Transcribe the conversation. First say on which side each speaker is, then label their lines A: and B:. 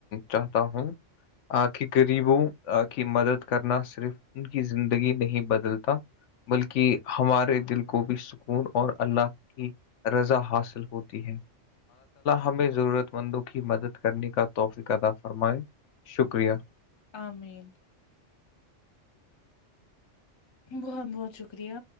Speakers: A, on the left; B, on the left.
A: چاہتا ہوں آ کی غریبوں کی مدد کرنا صرف ان کی زندگی نہیں بدلتا بلکہ ہمارے دل کو بھی سکون اور اللہ کی رضا حاصل ہوتی ہے ہمیں ضرورت مندوں کی مدد کرنے کا توفیق عطا فرمائے شکریہ
B: آمین بہت بہت شکریہ